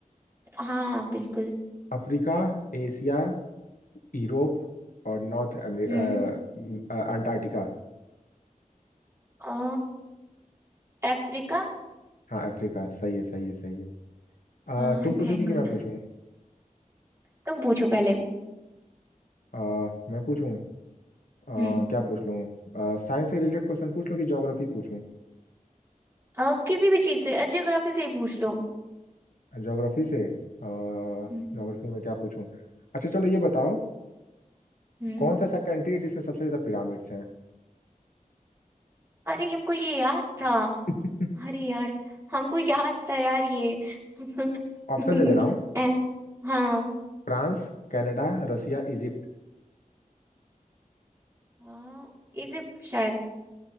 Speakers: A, on the right (about 20°); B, on the left (about 70°).
A: हाँ हाँ बिल्कुल
B: अफ्रीका एशिया यूरोप और नॉर्थ अंटार्कटिका
A: हम्म अ अफ्रीका
B: हाँ अफ्रीका सही है सही है सही है अ,
A: हाँ
B: तुम पूछोगी
A: थैंक
B: कि
A: गॉड
B: मैं पूछूं
A: तुम पूछो पहले
B: अ, मैं पूछूं अ,
A: हम्म
B: क्या पूछ लूं साइंस से रिलेटेड क्वेश्चन पूछ लूं कि ज्योग्राफी पूछूं
A: अ किसी भी चीज से जियोग्राफी से ही पूछ लो
B: ज्योग्राफी से ज्योग्राफी
A: हम्म
B: में क्या पूछूं अच्छा चलो ये बताओ
A: हम्म
B: कौन सा ऐसा कंट्री है जिसमें सबसे ज्यादा पिरामिड्स हैं
A: अरे हमको ये याद था
B: <laughs>
A: अरे यार हमको याद था यार ये <laughs>
B: ऑप्शन दे दे रहा हूँ
A: ऐस- हाँ
B: France Canada Russia Egypt
A: हाँ इजिप्ट शायद